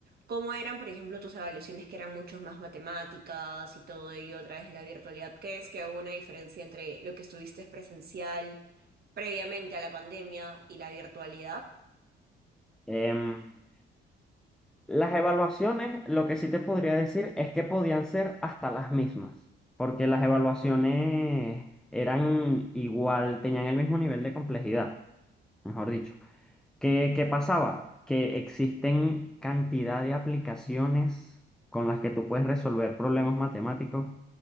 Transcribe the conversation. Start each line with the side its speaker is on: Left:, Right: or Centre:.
Right: ¿cómo eran, por ejemplo, tus evaluaciones que eran mucho más matemáticas y todo ello a través de la virtualidad? ¿Qué es que hubo una diferencia entre lo que estuviste presencial previamente a la pandemia y la virtualidad?
Centre: Em, Las evaluaciones, lo que sí te podría decir es que podían ser hasta las mismas, porque las evaluaciones eran igual, tenían el mismo nivel de complejidad, mejor dicho. ¿Qué, qué pasaba? Que existen cantidad de aplicaciones con las que tú puedes resolver problemas matemáticos.